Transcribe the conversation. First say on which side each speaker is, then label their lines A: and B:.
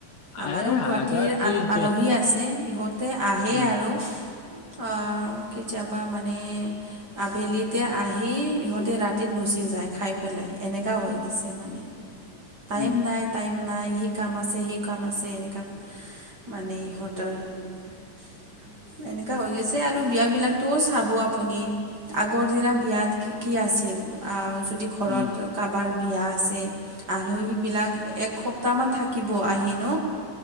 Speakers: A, on the right (about 35°); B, on the left (about 65°).
A: আমাৰো
B: এই
A: গুৱাহাটীৰ
B: হাজাৰ যি
A: আল
B: যে
A: আলহী আছে ইহঁতে আহে
B: উম
A: আৰু ইস্ স স হুম অ অ অ অ কেতিয়াবা মানে আহ্ আবেলিতে আহি ইহঁতে ৰাতি গুচি যায় খাই পেলাই এনেকুৱা হৈ গৈছে মানে টাইম
B: উম
A: নাই। টাইম নাই সি কাম আছে সি কাম আছে এনেকুৱা ইহ্ ই ই ই মানে ইহঁতৰ টু টু ছিচ এনেকা হৈ গৈছে আৰু বিয়া বিলাক টোও চাব আপুনি আগৰ দিনা বিয়াত কি কি আছিল আৰু যদি ঘৰত
B: উম
A: কাৰোবাৰ বিয়া আছে। আলহীবিলাক এসপ্তাহমান থাকিব আহি ন।